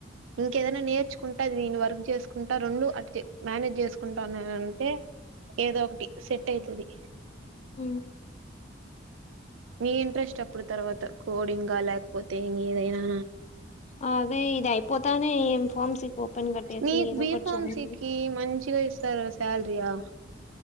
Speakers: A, on the right; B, on the left.
A: ఇంకే ఏదన్నా నేర్చుకుంటది దీని వరకు జెసుకుంటా రెండు అటుతే మానేజ్ చేసుకుంట అన్ నేన అంటే ఏదో ఒకటి సెట్ అయితది.
B: ఉ
A: మీ ఇంట్రెస్ట్ అప్పుడు తర్వాత కోడింగ లేకపోతే ఇంగ ఏదైనా
B: అదే ఇది అయిపోతానేే ఎం హోమ్స్ ఇక్ ఓపెన్ కట్టేసి
A: మీకు
B: ఏదో
A: బీఫార్మసీ
B: ఒకటి చాయండి
A: కి మంచిగా ఇస్తారు శాలరీయా